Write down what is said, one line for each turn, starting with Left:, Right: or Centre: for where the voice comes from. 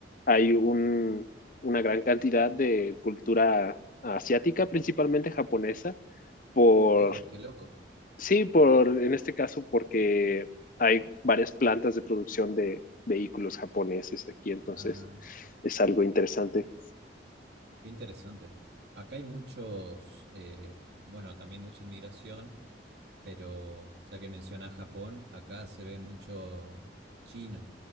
Left: hay un, una gran cantidad de cultura asiática, principalmente japonesa, por
Right: Wow, qué loco.
Left: Sí, por, en este caso porque hay varias plantas de producción de vehículos japoneses aquí, entonces
Right: Ah,
Left: es algo interesante.
Right: qué interesante. Acá hay muchos, eh, bueno, también mucha inmigración pero ya que mencionas Japón, acá se ve mucho chino.